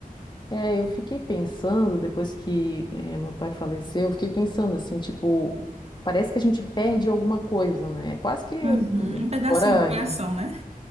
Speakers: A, on the left; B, on the right.
A: É, eu fiquei pensando, depois que eh, meu pai faleceu, eu fiquei pensando assim, tipo, parece que a gente perde alguma coisa, né? É Quase que
B: Uhum,
A: hum,
B: Um pedacinho
A: agora.
B: do coração,
A: imagi-
B: né?